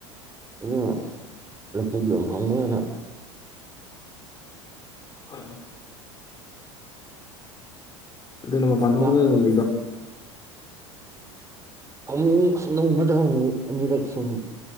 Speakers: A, on the right; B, on the left.
A: ꯑꯗꯨ ꯂꯄꯨꯒꯤ ꯌꯥꯝ ꯍꯥꯡꯅꯅ
B: ꯍ ꯑꯗꯨꯅ ꯃꯄꯥꯟ ꯊꯣꯛꯇꯅ
A: ꯌꯥꯝ
B: ꯑꯗꯨꯝ ꯂꯩꯕ
A: ꯑꯃꯨꯛ ꯃꯨꯛ ꯅꯣꯡꯃꯗ ꯑꯃꯨꯛ ꯃꯨꯛ ꯑꯅꯤꯔꯛ ꯁꯨꯝ